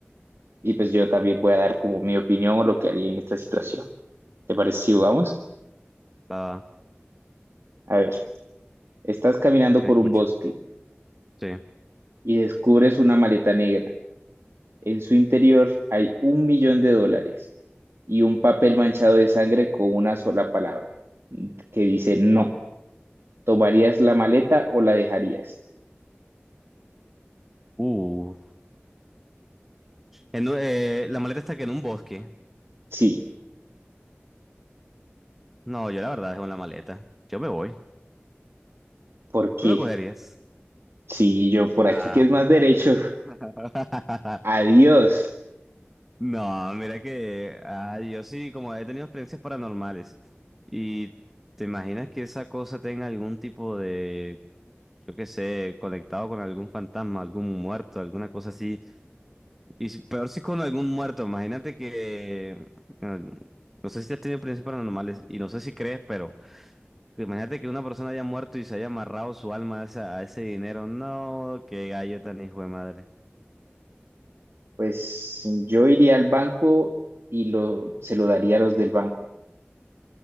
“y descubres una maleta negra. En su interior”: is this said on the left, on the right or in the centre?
Right